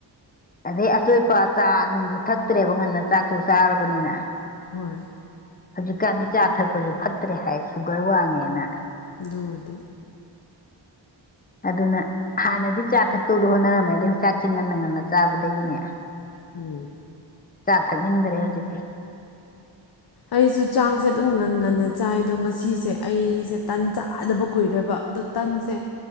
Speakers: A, on the left; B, on the left.
A: ꯑꯗꯩꯩ ꯑꯆꯣꯏ ꯏꯄꯥ ꯆꯥ ꯅꯨꯡꯁꯨ ꯊꯛꯇ꯭ꯔꯦꯕ ꯉꯟꯅ ꯆꯥꯛꯁꯨ ꯆꯥꯔꯕꯅꯤꯅ
B: ꯍꯣꯏ
A: ꯍꯧꯖꯤꯛꯀꯥꯟꯗꯤ ꯆꯥ ꯊꯛꯄꯁꯨ ꯐꯠꯇ꯭ꯔꯦ ꯍꯥꯏ ꯁꯨꯒꯔ ꯋꯥꯡꯉꯦꯅ
B: ꯗꯨꯕꯨꯗꯤ
A: ꯑꯗꯨꯅ ꯍꯥꯟꯅꯗꯤ ꯆꯥ ꯊꯛꯇꯧꯗ ꯍꯣꯠꯅꯔꯝꯃꯦ ꯑꯗꯩ ꯆꯥꯛꯁꯦ ꯉꯟꯅ ꯉꯟꯅ ꯆꯥꯕꯗꯒꯤꯅꯦ
B: ꯎꯝ
A: ꯆꯥ ꯊꯛꯅꯤꯡꯗꯔꯦ ꯍꯧꯖꯤꯛꯇꯤ
B: ꯑꯩꯁꯨ ꯆꯥꯛꯁꯦ ꯑꯗꯨꯝ ꯉꯟ ꯉꯟꯅ ꯆꯥꯏ ꯑꯗꯣ ꯉꯁꯤꯁꯦ ꯑꯩꯁꯦ ꯇꯟ ꯆꯥꯗꯕ ꯀꯨꯏꯔꯦꯕ ꯑꯗꯣ ꯇꯟꯁꯦ